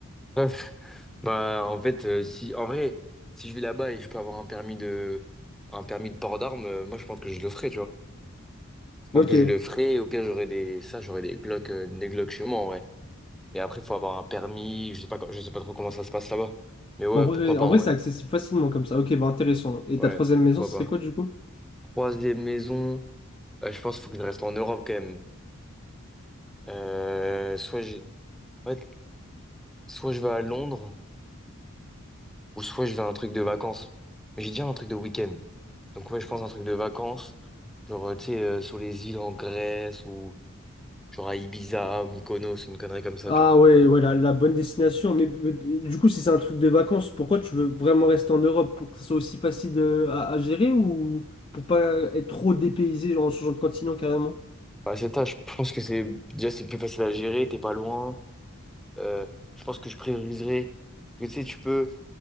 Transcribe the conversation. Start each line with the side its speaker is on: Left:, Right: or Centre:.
Centre: Bref, bah en fait, euh, si en vrai, si je vais là-bas et je peux avoir un permis de un permis de port d'armes, euh, moi je pense que je le ferai, tu vois. Je pense
Left: Ok,
Centre: que je le ferai. Au pire, j'aurai des ça, j'aurai des Glock, euh, des Glock chez moi en vrai. Mais après, faut avoir un permis. Je sais pas, quand- je sais pas trop comment ça se passe là-bas. Mais ouais,
Left: Bon, en vrai,
Centre: pourquoi pas
Left: en
Centre: en
Left: vrai,
Centre: vrai.
Left: c'est accessible facilement comme ça. Ok, bah intéressant. Et
Centre: Ouais,
Left: ta troisième maison,
Centre: pourquoi
Left: ce
Centre: pas.
Left: serait quoi du coup?
Centre: Troisième maison. euh, je pense qu'il faut que je reste en Europe quand même. Euh, soit j'ai, ouais, soit je vais à Londres ou soit je vais à un truc de vacances. Mais j'ai déjà un truc de week-end. Donc ouais, je pense un truc de vacances. Genre, euh, tu sais, euh, sur les îles en Grèce ou genre à Ibiza, Mykonos, une connerie comme ça,
Left: Ah
Centre: tu vois.
Left: ouais, ouais, la, la bonne destination. Mais, mais- mais du coup, si c'est un truc de vacances, pourquoi tu veux vraiment rester en Europe? Pour que ce soit aussi facile de- à à gérer ou pour pas être trop dépaysé genre, en changeant de continent carrément?
Centre: Bah, c'est ça, je pense que c'est déjà c'est plus facile à gérer, t'es pas loin. Euh, je pense que je prioriserai. Parce que, tu sais, tu peux. tu